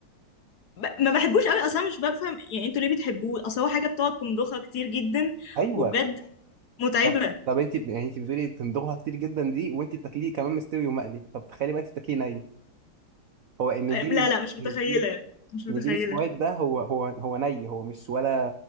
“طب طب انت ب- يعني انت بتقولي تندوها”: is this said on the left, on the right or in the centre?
Right